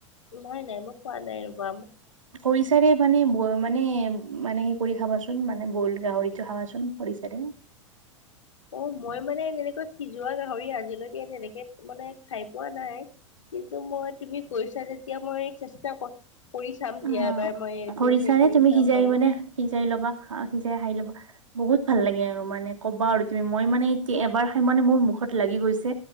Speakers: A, on the left; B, on the right.
A: নাই, নাই, মই খোৱা নাই ৰ'বা ম
B: খৰিচাৰে মানে ব' মানে মানে সে কৰি খাবাচোন মানে বইল গাহৰিটো খাবাচোন খৰিচাৰে।
A: অ মই মানে এনেকৈ সিজোৱা গাহৰি আজিলৈকে তেনেকে মানে খাই পোৱা নাই। কিন্তু মই তুমি কৈছা যেতিয়া মই চেষ্টা কৰ কৰি চাম
B: উ
A: দিয়া এবাৰ মই এইটো
B: কৰিছা
A: হেৰি
B: নে
A: কৰি
B: তুমি
A: চাম
B: সিজাই
A: বাৰু
B: মানে সিজাই ল'বা সিজাই খাই ল'বা। বহুত ভাল লাগে আৰু মানে ক'বা আৰু তুমি মই মানে এতিয়া এবাৰ খাই মানে মোৰ মুখত লাগি গৈছে